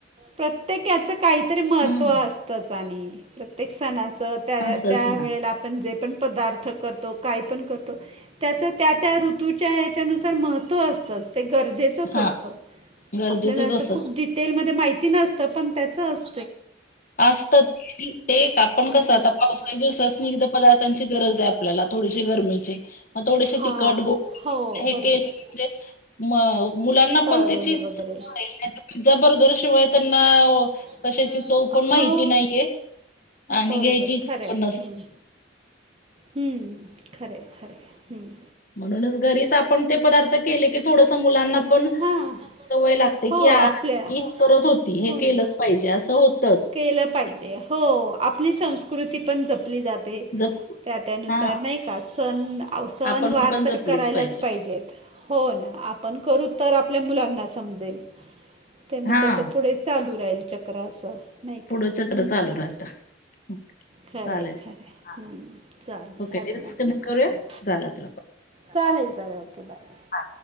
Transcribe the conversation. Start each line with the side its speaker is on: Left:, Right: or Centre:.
Right: प्रत्येक याचं काहीतरी महत्त्व
Left: हम्म
Right: अस तच आणी, प्रत्येक सणाच त्या,
Left: असंच
Right: त्या
Left: ना
Right: वेळेला आपण जे पण पदार्थ करतो काय पण करतो त्याच त्या त्या ऋतूच्या याच्यानुसार महत्त्व असतंच ते गरजे चच
Left: हा
Right: असत,
Left: गरजेचंच
Right: आपल्या अस
Left: असत
Right: खुप डिटेल मध्ये माहिती नसतं पण त्याच अस
Left: असत, ते आपण
Right: त्याच्या
Left: कसं आता
Right: असतं
Left: पावसाच्या दिवसासनी
Right: की
Left: पदार्थांची गरज आहे आपल्याला थोडीशी गरमीची मग थोडीसे
Right: थोडीशी हां
Left: तीखट गो
Right: हो
Left: हे
Right: बरोबर
Left: केले म्हणजे म मुलांना
Right: तळलेले
Left: पण त्याची
Right: वगैरे
Left: <unintelligible> पिझ्झा, बर्गर शिवाय त्यांना
Right: <inaudible>
Left: कशाची चव पण
Right: हो
Left: माहिती नाहीये आणि
Right: बरोबर
Left: घ्यायची इच्छा
Right: खरं
Left: पण नसते.
Right: हम्म. हम्म्, खरय खरय हम्म्.
Left: म्हणूनच घरीच आपण ते पदार्थ केले की थोडसं मुलांना पण
Right: हा
Left: सवय लागते की
Right: हो
Left: आ
Right: आपल्या
Left: ई करत होती. हे
Right: हो
Left: केलंच
Right: ना
Left: पाहिजे. असं होत
Right: केलं पाहिजे. हो.. आपली संस्कृती पण जपली जाते.
Left: जप
Right: त्या त्या नुसार
Left: हां,
Right: नाही का? सण आव, सणवार
Left: आपण पण
Right: तर
Left: जपलीच
Right: करायलाच
Left: पाहिजे.
Right: पाहिजेत. हो ना. आपण करू तर, आपल्या मुलांना समजेल. ते म,
Left: हां,
Right: तसं पुढे चालू राहील चक्र असं. नाही
Left: पुढं
Right: का.
Left: चक्र
Right: ह्म.
Left: चालू राहतं. ओके,
Right: खरंय
Left: चालेल.
Right: खरंय,
Left: हां,
Right: ह्म चाल
Left: ओके.
Right: झाले
Left: डिस्कनेक्ट
Right: ना आपले?
Left: करूया?
Right: हो.
Left: झाला आपला
Right: चालेल चालेल ओके बाय.
Left: हा.